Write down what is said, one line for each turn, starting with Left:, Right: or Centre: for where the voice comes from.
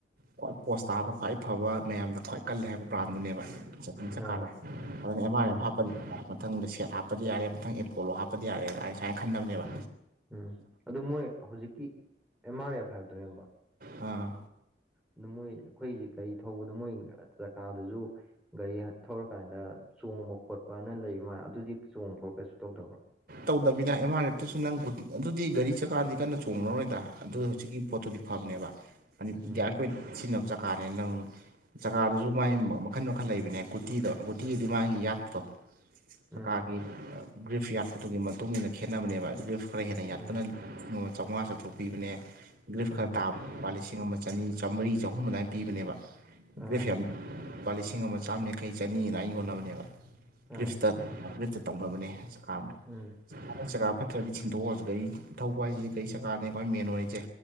Right: ꯈ꯭ꯋꯥꯏ ꯄꯣꯁ ꯇꯥꯕ ꯈ꯭ꯋꯥꯏ ꯐꯕ ꯃꯌꯥꯝꯗ ꯈ꯭ꯋꯥꯏ ꯀꯜꯂꯦ ꯍꯥꯏꯕ ꯕ꯭ꯔꯥꯟꯗꯨꯅꯦꯕ ꯆꯨꯝ ꯆꯀꯥꯗ
Centre: ꯑꯥ
Right: ꯑꯗꯨꯅ ꯑꯦꯝ ꯑꯥꯔ
Centre: ꯎꯝ
Right: ꯑꯦꯐ ꯍꯥꯞꯄꯗꯤ ꯌꯥꯔꯦ ꯃꯊꯪꯗ ꯁꯦꯠ ꯍꯥꯞꯄꯗꯤ ꯌꯥꯔꯦ ꯃꯊꯪ ꯑꯦꯄꯣꯂꯣ ꯍꯥꯞꯄꯗꯤ ꯌꯥꯔꯦ ꯍꯥꯏꯖꯦ ꯀꯥꯏꯅ ꯈꯟꯗꯕꯅꯦꯕ
Centre: ꯎꯝ ꯑꯗꯨ ꯃꯣꯏ ꯍꯧꯖꯤꯛꯀꯤ ꯑꯦꯝ ꯑꯥꯔ ꯑꯦꯐ ꯍꯥꯏꯕꯗꯣ ꯏꯌꯥꯝꯕ
Right: ꯑꯥ
Centre: ꯑꯗꯨ ꯃꯣꯏ ꯑꯩꯈꯣꯏꯁꯦ ꯒꯥꯔꯤ ꯊꯧꯕꯗ ꯃꯣꯏ ꯆꯀꯥꯗꯖꯨ ꯒꯥꯔꯤ ꯊꯧꯔꯀꯥꯟꯗ ꯆꯣꯡꯕ ꯈꯣꯠꯄꯅ ꯂꯩꯕ ꯃꯥꯂꯦ ꯑꯗꯨꯗꯤ ꯆꯣꯡꯕ ꯈꯣꯠꯄ ꯀꯩꯁꯨ ꯇꯧꯗꯕ꯭ꯔꯣ
Right: ꯇꯧꯗꯃꯤꯗ ꯑꯦꯝ ꯑꯥꯔ ꯑꯦꯐꯇꯨꯁꯨ ꯅꯪ ꯒꯨ ꯑꯗꯨꯗꯤ ꯒꯥꯔꯤ ꯆꯀꯥꯗꯤ ꯀꯟꯅ ꯆꯣꯡꯉꯔꯣꯏꯗ ꯑꯗꯨ ꯍꯧꯖꯤꯛꯀꯤ ꯄꯣꯠꯇꯨꯗꯤ ꯐꯕꯅꯦꯕ ꯃꯅꯤ
Centre: ꯎꯝ
Right: ꯒꯤꯌꯥꯔꯒꯤ ꯑꯣꯏꯅ ꯁꯤꯖꯤꯟꯅꯕ ꯆꯀꯥꯅꯦ ꯅꯪ ꯖꯀꯥꯗꯁꯨ ꯃꯥꯒꯤ ꯃꯈꯟ ꯃꯈꯟ ꯂꯩꯕꯅꯦ ꯒꯨꯇꯤꯗꯣ ꯒꯨꯇꯤꯑꯗꯤ ꯃꯥꯒꯤ ꯌꯥꯠꯄꯗꯣ
Centre: ꯎꯝ
Right: ꯆꯀꯥꯒꯤ ꯒ꯭ꯔꯤꯐ ꯌꯥꯠꯄꯗꯨꯒꯤ ꯃꯇꯨꯡꯏꯟꯅ ꯈꯦꯠꯅꯕꯅꯦꯕ ꯒ꯭ꯔꯤꯐ ꯈꯔ ꯍꯦꯟꯅ ꯌꯥꯠꯄꯅ
Centre: ꯎꯝ
Right: ꯂꯤꯁꯤꯡ ꯑꯃ ꯆꯧꯉꯥ ꯆꯥꯇ꯭ꯔꯨꯛ ꯄꯤꯕꯅꯦ ꯒ꯭ꯂꯤꯞ
Centre: ꯎꯝ
Right: ꯈꯔ ꯇꯥꯕ ꯂꯨꯄꯥ ꯂꯤꯁꯤꯡ ꯑꯃ ꯆꯅꯤ ꯆꯥꯝꯕꯔꯤ ꯆꯍꯨꯝ ꯑꯗꯨꯃꯥꯏꯅ ꯄꯤꯕꯅꯦꯕ
Centre: ꯑꯥ
Right: ꯒ꯭ꯔꯤꯐ ꯌꯥꯝ
Centre: ꯏꯃꯥ
Right: ꯂꯨꯄꯥ ꯂꯤꯁꯤꯡ ꯑꯃ ꯆꯥꯝꯃ ꯌꯥꯡꯈꯩ ꯆꯅꯤ ꯑꯗꯨꯃꯥꯏꯅ ꯌꯣꯟꯅꯕꯅꯦꯕ ꯒ꯭ꯔꯤꯐꯁꯇ
Centre: ꯑꯥ
Right: ꯑꯞꯒ꯭ꯔꯦꯠꯇ ꯇꯧꯅꯕꯅꯦ ꯆꯀꯥꯗꯣ
Centre: ꯎꯝ
Right: ꯐꯠ ꯂꯥꯎꯅ ꯆꯀꯥ ꯐꯠꯇ꯭ꯔꯗꯤ ꯁꯤꯟꯇꯣꯛꯑꯣ ꯍꯧꯖꯤꯛ ꯒꯥꯔꯤ ꯊꯧꯕ ꯍꯥꯏꯁꯤꯗꯤ ꯒꯥꯔꯤ ꯆꯀꯥꯅꯦ ꯈ꯭ꯋꯥꯏ ꯃꯦꯟ ꯑꯣꯏꯔꯤꯖꯦ